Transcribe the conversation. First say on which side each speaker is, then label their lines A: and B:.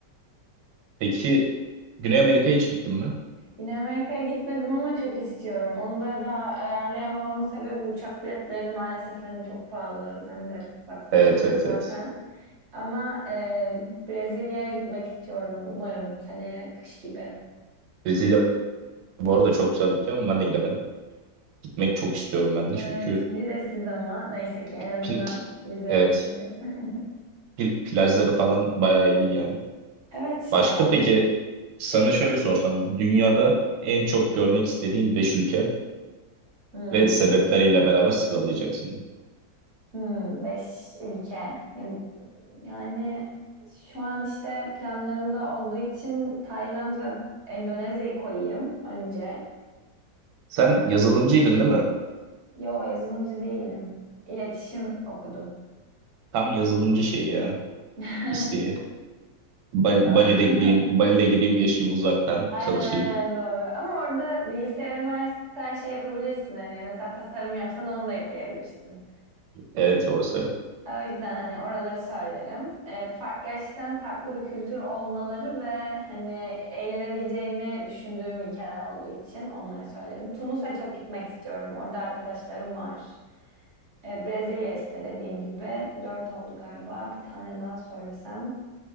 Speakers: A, on the right; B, on the right.
A: Peki Güney Amerika'ya hiç gittin mi?
B: Yine Amerika'ya gitmedim ama çok istiyorum. Onu da daha ayarlayamamamın sebebi uçak biletleri maalesef hani çok pahalı. Sen de bakmışsındır
A: Evet evet
B: zaten.
A: evet.
B: Ama e, Brezilya'ya gitmek istiyorum umarım sene kış gibi.
A: Brezilya bu arada çok güzel bir ülke ama ben de gidemedim. Gitmek çok istiyorum ben
B: Evet
A: de çünkü
B: vizesiz ama neyse ki en azından
A: pil-
B: vize
A: evet
B: ödemeyeceğiz. <laughs>
A: pil- plajları falan bayağı iyi yani.
B: Evet
A: Başka
B: ya.
A: peki sana şöyle sorsam dünyada
B: Hı hı.
A: en çok görmek istediğin 5 ülke
B: Hmm.
A: ve sebepleriyle beraber sıralayacaksın.
B: Hmm, beş ülke. Ya- Yani şu an işte planlarımda olduğu için Tayland ve Endonezya'yı koyayım önce.
A: Sen
B: Ee,
A: yazılımcıydın değil mi?
B: yo yazılımcı değilim. İletişim okudum.
A: Tam yazılımcı şeyi ya
B: <laughs>
A: isteği. Bal-
B: Yo.
A: Bali'de
B: <laughs>
A: gideyim, Bali'de gideyim yaşayayım uzaktan
B: Aynen
A: çalışayım.
B: aynen doğru. Ama orada bilgisayarın varsa her şey yapabilirsin. Hani mesela tasarım yapsan onu da ekleyebilirsin.
A: Evet orası öyle.
B: O yüzden hani oraları söylerim. E, fark, gerçekten farklı bir kültür olmaları ve hani eğlenebileceğimi düşündüğüm ülkeler olduğu için onları söylerim. Tunus'a çok gitmek istiyorum. Orada arkadaşlarım var. E, Brezilya işte dediğim gibi. Dört oldu galiba. Bir tane daha söylesem.